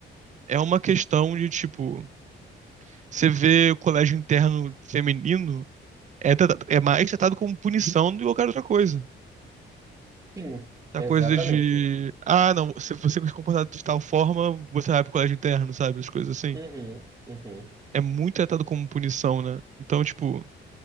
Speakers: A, on the right (about 40°); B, on the right (about 15°).
A: é uma questão de, tipo, você vê o colégio interno feminino, é, trata- é mais tratado como punição do que qualquer outra coisa.
B: Sim,
A: Da
B: exatamente.
A: coisa de, ah, não, se você se comportar de tal forma, você vai pro colégio interno, sabe? As coisas assim.
B: Uhum, uhum.
A: É muito tratado como punição, né? Então, tipo,